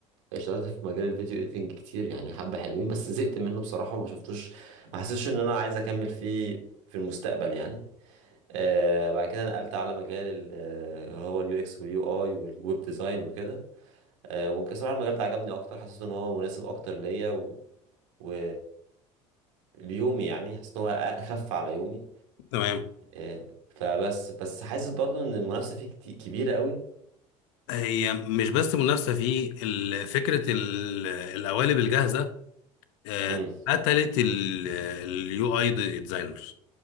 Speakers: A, on the right (about 80°); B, on the left (about 75°).
A: اشتغلت في مجال الفيديو اديتنج كتير يعني حبه حلوين بس زهقت منه بصراحه وما شفتوش ما حسيتش ان انا عايز اكمل فيه في المستقبل يعني آه بعد كده نقلت على مجال ال- آه، اللي هو اليو اكس واليو اي والويب ديزاين وكده آه وبصراحه المجال ده عجبني اكتر حسيت ان هو مناسب اكتر ليا و... و... ليومي يعني حاسس ان هو اخف على يومي
B: تمام
A: آه، فبس بس حاسس برضو ان المنافسه فيه كتي- كبيره قوي
B: هي مش بس منافسه في ال- فكره ال- القوالب الجاهزه آه،
A: امم
B: قتلت اليو اي ديزاينرز